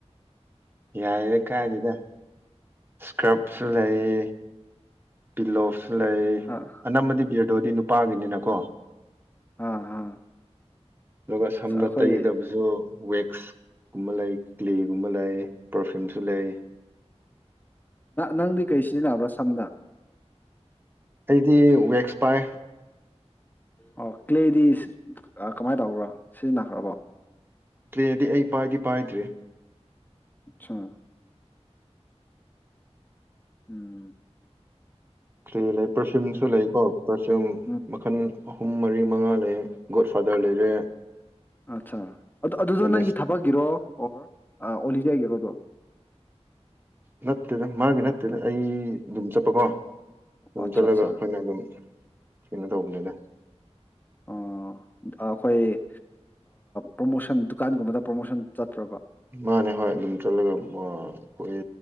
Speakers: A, on the right; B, on the left.
A: ꯌꯥꯏꯔꯦ ꯀꯥꯏꯗꯦꯗ ꯏꯁꯀ꯭ꯔꯞꯁꯨ ꯂꯩ꯫ ꯄꯤꯜꯂꯣꯐ꯫ ꯂꯩ
B: ꯑꯥ
A: ꯑꯅꯝꯕꯗꯤ ꯕꯤꯌ꯭ꯔꯗꯣꯗꯤ ꯅꯨꯄꯥꯒꯤꯅꯤꯅ ꯀꯣ꯫
B: ꯑꯥ ꯑꯥ꯫
A: ꯑꯗꯨꯒ ꯁꯝꯅ
B: ꯑꯩꯈꯣꯏ
A: ꯇꯩꯒꯗꯕꯁꯨ ꯋꯦꯛꯁ꯫ ꯀꯨꯝꯕ ꯂꯩ ꯀ꯭ꯂꯦꯒꯨꯝꯕ ꯂꯩ ꯄꯔꯐ꯭ꯌꯨꯝꯁꯨ ꯂꯩ꯫
B: ꯅꯪꯗꯤ ꯀꯩ ꯁꯤꯖꯤꯟꯅꯕ꯭ꯔ ꯁꯝꯅ꯫
A: ꯑꯩꯗꯤ ꯋꯦꯛꯁ ꯄꯥꯏ꯫
B: ꯑꯣ ꯀ꯭ꯂꯦꯗꯤ ꯀꯃꯥꯏꯅ ꯇꯧꯕ꯭ꯔꯥ ꯁꯤꯖꯤꯟꯅꯈ꯭ꯔꯕꯣ꯫
A: ꯀ꯭ꯂꯦꯗꯤ ꯑꯩ ꯄꯥꯏꯗꯤ ꯄꯥꯏꯗ꯭ꯔꯤ꯫
B: ꯑꯆꯥꯥ꯫ ꯎꯝ꯫
A: ꯀ꯭ꯂꯦ ꯂꯩ ꯄꯔꯐꯤꯌꯨꯝꯁꯨ ꯂꯩꯀꯣ ꯄꯔꯐꯤꯌꯨꯝ
B: ꯎꯝ
A: ꯃꯈꯜ ꯑꯍꯨꯝ ꯃꯔꯤ ꯃꯉꯥ ꯂꯩ꯫ ꯒꯣꯗ ꯐꯥꯗꯔ ꯂꯩꯔꯦ
B: ꯑꯠꯆꯥ ꯑꯗꯨ ꯑꯗꯨꯗꯣ
A: ꯑꯦꯂꯤꯁ
B: ꯅꯪꯒꯤ ꯊꯕꯛꯒꯤꯔꯣ꯫ ꯑꯣ ꯑꯣꯂꯤꯕꯤꯌꯥꯒꯤ ꯔꯣ ꯑꯗꯣ꯫
A: ꯅꯠꯇꯦꯗ ꯃꯥꯒꯤ ꯅꯠꯇꯦꯗ ꯑꯩ ꯑꯗꯨꯝ ꯆꯠꯄꯀꯣ꯫ ꯑꯗꯨꯝ
B: ꯑꯠꯆꯥ
A: ꯆꯠꯂꯒ
B: ꯑꯠꯆꯥ
A: ꯑꯩꯈꯣꯏꯅ ꯑꯗꯨꯝ ꯀꯩꯅꯣ ꯇꯧꯕꯅꯤꯗ꯫
B: ꯑꯣ ꯑꯩꯈꯣꯏ ꯄ꯭ꯔꯣꯃꯣꯁꯟ ꯗꯨꯀꯥꯟꯒꯨꯝꯕꯗ ꯄ꯭ꯔꯣꯃꯣꯁꯟ ꯆꯠꯄ꯭ꯔꯕ꯫
A: ꯃꯥꯅꯦ ꯍꯣꯏ ꯑꯗꯨꯝ ꯆꯠꯂꯒ ꯑꯩꯈꯣꯏ